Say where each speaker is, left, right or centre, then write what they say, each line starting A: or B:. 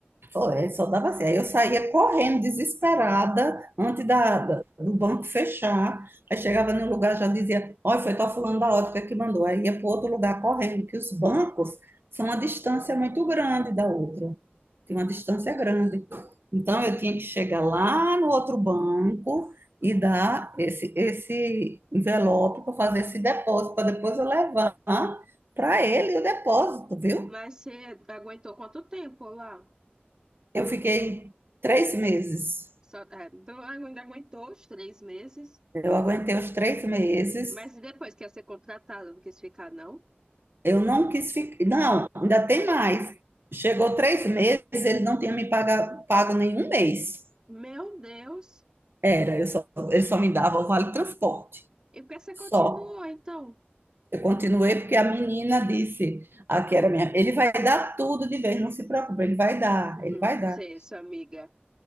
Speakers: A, on the right; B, on the right.
A: Foi, só dava assim. Aí eu saía correndo, desesperada, antes da, da- do banco fechar. Aí chegava no lugar, já dizia, olha, foi tal fulano da ótica que mandou. Aí ia para outro lugar correndo, que os bancos são uma distância muito grande da outra. Tem uma distância grande. Então, eu tinha que chegar lá no outro banco e dar esse, esse envelope para fazer esse depósito, para depois eu levar para ele o depósito, viu?
B: Mas você aguentou quanto tempo lá?
A: Eu fiquei três meses
B: Só, é, então ainda aguentou os três meses,
A: Eu aguentei os três meses,
B: mas e depois que ia ser contratada, não quis ficar, não?
A: eu não quis ficar. Não, ainda tem mais. Chegou três meses, ele não tinha me paga- pago nenhum mês.
B: Meu Deus!
A: Era, eu só, ele só me dava o vale transporte.
B: E por que você
A: Só.
B: continuou, então?
A: Eu continuei porque a menina disse, aqui era minha, ele vai dar tudo de vez, não se preocupe, ele vai dar,
B: Uhum,
A: ele vai dar.
B: você, sua amiga.